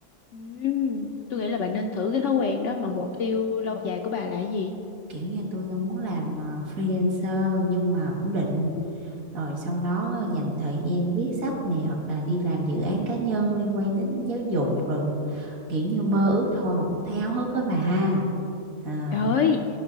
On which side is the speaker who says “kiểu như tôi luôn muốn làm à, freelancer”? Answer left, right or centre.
Right